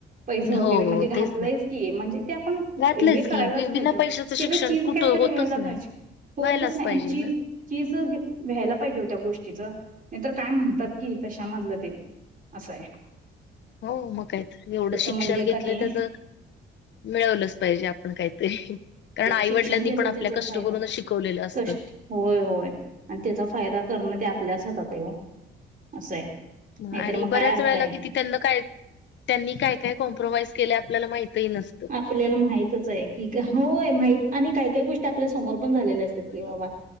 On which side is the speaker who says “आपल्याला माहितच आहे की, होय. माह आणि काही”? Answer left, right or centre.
Right